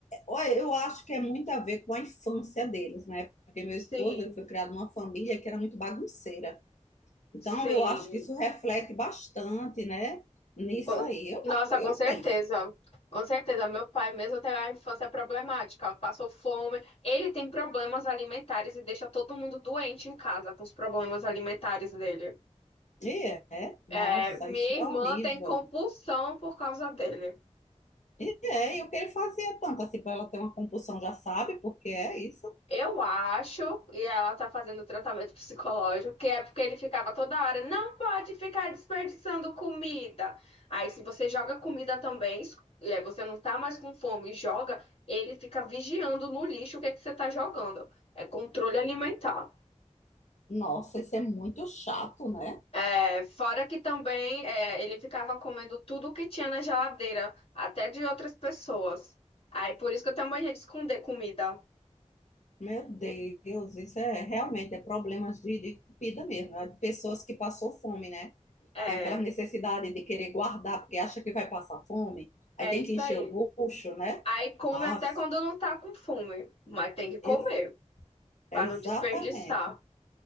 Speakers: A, on the left (about 70°); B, on the left (about 50°).
A: olha, eu acho que é muito a ver com a infância deles, né? Porque meu
B: sim,
A: esposo ele foi criado numa família que era muito bagunceira. Então,
B: sim.
A: eu acho que isso reflete bastante, né? Nisso
B: Com-
A: aí, eu,
B: nossa,
A: eu
B: com certeza.
A: penso.
B: Com certeza. Meu pai, mesmo teve a infância problemática, passou fome. Ele tem problemas alimentares e deixa todo mundo doente em casa com os problemas alimentares dele.
A: E é, nossa,
B: É, minha
A: isso é
B: irmã
A: horrível.
B: tem compulsão por causa dele.
A: E é, e o que ele fazia tanto assim para ela ter uma compulsão, já sabe, porque é isso.
B: Eu acho, e ela tá fazendo tratamento psicológico, que é porque ele ficava toda hora, não pode ficar desperdiçando comida. Aí, se você joga comida também, es- é, você não tá mais com fome e joga, ele fica vigiando no lixo o que é que você tá jogando. É controle alimentar.
A: Nossa, isso é muito chato, né?
B: É, fora que também é, ele ficava comendo tudo que tinha na geladeira, até de outras pessoas. Aí, por isso que eu tenho mania de esconder comida.
A: Meu Deus, isso é realmente é problemas de, de vida mesmo, né? De pessoas que passou fome, né?
B: É,
A: Tem aquela necessidade de querer guardar porque acha que vai passar fome,
B: é
A: aí tem
B: isso
A: que encher
B: aí.
A: o bucho, né?
B: Aí come
A: Ah,
B: até quando não tá com fome, mas tem que comer
A: ex- é
B: para
A: exatamente.
B: não desperdiçar.